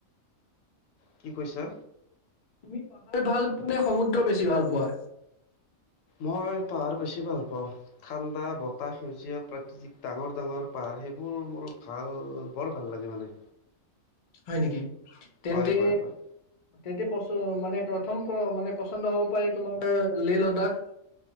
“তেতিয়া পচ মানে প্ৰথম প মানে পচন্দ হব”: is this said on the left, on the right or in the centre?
Left